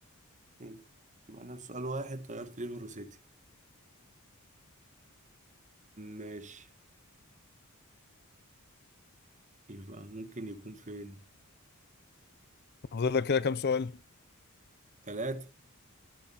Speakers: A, on the right (about 35°); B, on the left (about 45°).
A: حلو يبقى أنا بسؤال واحد طيرت ليفر وسيتي ماشي يبقى ممكن يكون فين
B: فاضل لك كده كام سؤال
A: تلاتة